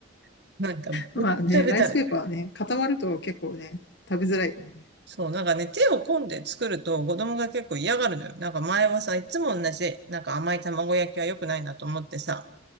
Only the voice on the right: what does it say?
<laughs> なんかべっちゃべちゃべちゃ。
そう、なんかね、手を込んで作ると子供が結構嫌がるのよ。なんか前はさ、いつも同じ、なんか甘い卵焼きは良くないなと思ってさ、